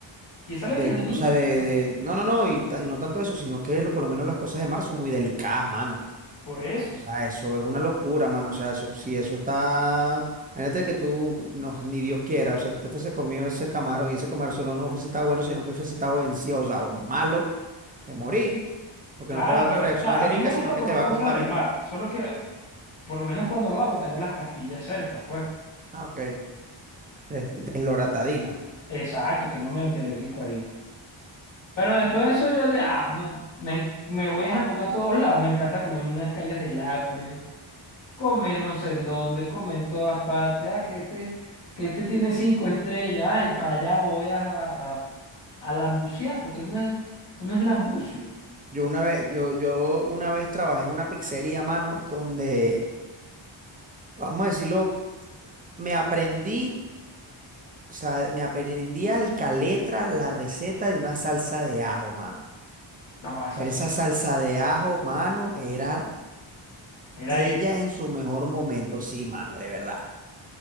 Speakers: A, on the left; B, on the right.
A: y esa alergia
B: de,
A: es de niño,
B: o sea, de,
A: pues,
B: de- no, no, no, y, ta- y no tanto eso, sino que lo- por lo menos las cosas de mar son muy delicadas, mano.
A: por eso.
B: O sea, eso es una locura, mano. O sea, eso, si eso está, imagínate que tú, no, ni Dios quiera, o sea, tú te fuese comido ese camarón y ese camarón solo no fuese estado bueno, sino que fuese estado vencido, o sea, o malo, te morí, porque
A: Claro,
B: no te va a dar
A: pero,
B: una reacción
A: o sea,
B: alérgica,
A: a mí me gusta
B: sino que
A: comer
B: te va
A: cosas
B: a contaminar.
A: del mar, solo que por lo menos cuando lo hago tengo las pastillas cerca, pues.
B: Ah, ok. Es- es Desloratadina.
A: Exacto, tengo mi antialérgico ahí. Pero después de eso yo de, ah, no, me, me voy a comer a todos lados, me encanta comer en las calles del hambre, comer no sé en dónde, comer en todas partes, ah, que este, que este tiene cinco estrellas, ay, para allá voy a, a, a lambucear, porque es una- uno es lambucio.
B: Yo una vez, yo, yo una vez trabajé en una pizzería, mano, donde, vamos a decirlo, me aprendí, o sea, me aprendí al caletra la receta de una salsa de ajo, mano.
A: La salsa,
B: Pero esa salsa de ajo, mano, era
A: era
B: ella
A: esa,
B: en su mejor momento, sí, mano, de verdad.